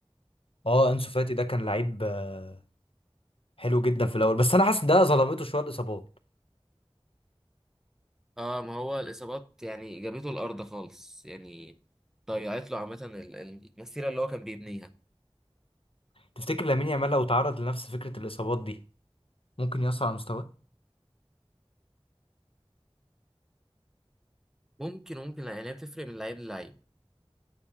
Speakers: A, on the left; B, in the centre.
A: اه انسو فاتي ده كان لعيب آه، حلو جدا في الاول بس انا حاسس ده ظلمته شويه الاصابات
B: اه ما هو الاصابات يعني جابته الارض خالص يعني ضيعت له عامه ال- ال- المسيره اللي هو كان بيبنيها
A: تفتكر لامين يامال لو تعرض لنفس فكره الاصابات دي ممكن يأثر على مستواه
B: ممكن ممكن لا يعني هي بتفرق من لعيب للعيب